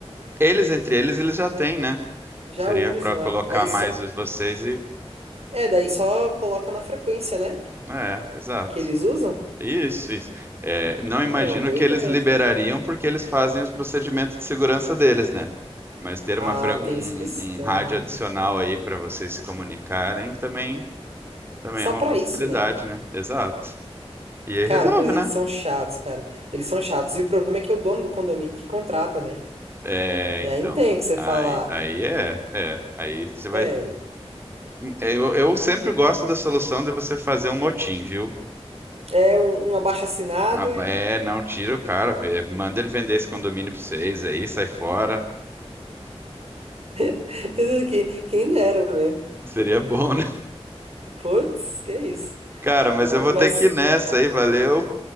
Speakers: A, on the right; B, on the right.
A: Eles, entre eles, eles já têm, né?
B: Já
A: Seria
B: usam,
A: pra
B: né?
A: colocar
B: Aí
A: mais
B: só...
A: os- vocês e.
B: É, daí só coloca na frequência, né?
A: É, exato.
B: Que eles usam.
A: Isso, isso. É, não imagino
B: É uma boa
A: que
B: ideia
A: eles liberariam
B: também.
A: porque eles fazem os procedimentos de segurança deles, né? Mas ter
B: Ah,
A: uma, fre- um,
B: tem essa questão.
A: um um rádio adicional aí para vocês se comunicarem também, também
B: Só
A: é uma
B: pra
A: possibilidade,
B: isso, né?
A: né? Exato. E aí
B: Cara,
A: resolve,
B: pois eles
A: né?
B: são chatos, cara. Eles são chatos. E o problema é que é o dono do condomínio que contrata, né?
A: É,
B: E
A: então.
B: aí não tem o que você
A: Aí,
B: falar.
A: aí é, é. Aí você vai.
B: É.
A: Eu, eu sempre gosto da solução de você fazer um motim, viu?
B: É um, um abaixo-assinado
A: Ah,
B: e
A: é, não tira o cara, vê, manda ele vender esse condomínio pra vocês aí, sai fora.
B: <laughs> que- quem dera mesmo.
A: Seria bom,
B: Putz, que isso.
A: Cara, mas
B: Ma-
A: eu vou
B: Mas,
A: ter que ir nessa aí, valeu.